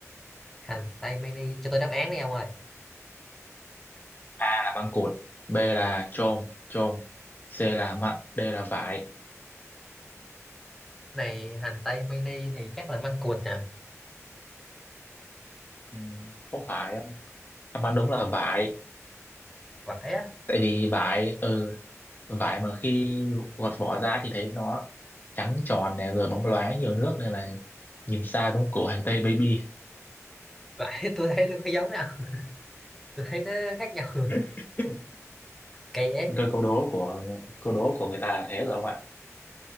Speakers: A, in the centre; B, on the left (about 35°).
A: hành tây mini cho tôi đáp án đi ông ơi
B: A là măng cụt, B là chôm, chôm, C là mận, D là vải.
A: này hành tây mini thì chắc là măng cụt nè
B: Ừ. Không phải không? Đáp án đúng là vải.
A: vải á
B: Tại vì vải, ừ, vải mà khi gọt vỏ ra thì thấy nó trắng tròn nè, rồi bóng loáng nhiều nước nên là nhìn xa giống củ hành tây baby.
A: vải <laughs> tôi thấy nó có giống đâu tôi thấy nó khác nhau <laughs> rồi.
B: <laughs>
A: kỳ ấy
B: rồi câu đố của câu đố của người ta là thế rồi không ạ?